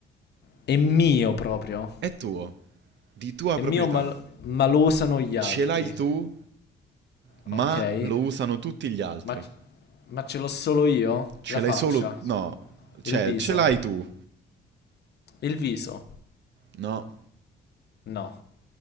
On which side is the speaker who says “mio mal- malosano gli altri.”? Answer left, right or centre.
Left